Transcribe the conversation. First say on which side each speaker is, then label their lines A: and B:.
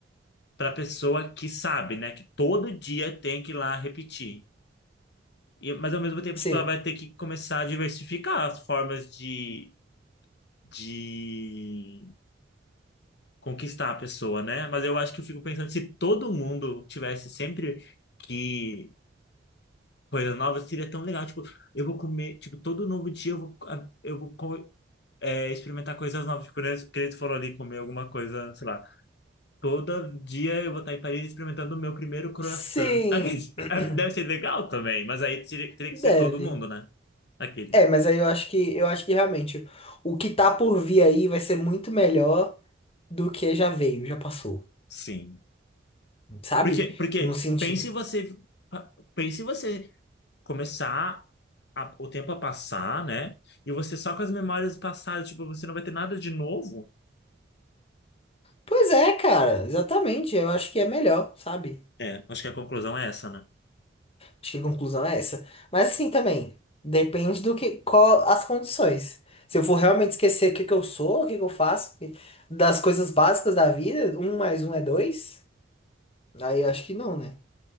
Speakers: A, on the left; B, on the left.
A: pra pessoa que sabe, né? Que todo dia tem que ir lá repetir. E, mas ao mesmo tempo,
B: Sim.
A: tipo, ela vai ter que começar a diversificar as formas de, de conquistar a pessoa, né? Mas eu acho que eu fico pensando, se todo mundo tivesse sempre que coisas novas seria tão legal. Tipo, eu vou comer, tipo, todo novo dia eu vou, a- eu vou co- é, experimentar coisas novas. Tipo, né, que eles foram ali comer alguma coisa, sei lá. Todo dia eu vou estar em Paris experimentando o meu primeiro croissant.
B: Sim,
A: <laughs> Aquele-
B: <clears throat>
A: é, Deve ser legal também, mas aí teria, teria
B: deve.
A: que ser todo mundo, né? Aquele.
B: É, mas aí eu acho que eu acho que realmente o que tá por vir aí vai ser muito melhor. do que já veio, já passou,
A: Sim.
B: sabe?
A: Porque, porque
B: No sentido.
A: pense você, pense você começar a- o tempo a passar, né? E você só com as memórias passadas, tipo, você não vai ter nada de novo.
B: Pois é, cara, exatamente. Eu acho que é melhor, sabe?
A: É, acho que a conclusão é essa, né?
B: Acho que a conclusão é essa. Mas assim também, depende do que, qual as condições. Se eu for realmente esquecer o que que eu sou, o que que eu faço, que- das coisas básicas da vida, um mais um é dois, aí eu acho que não, né?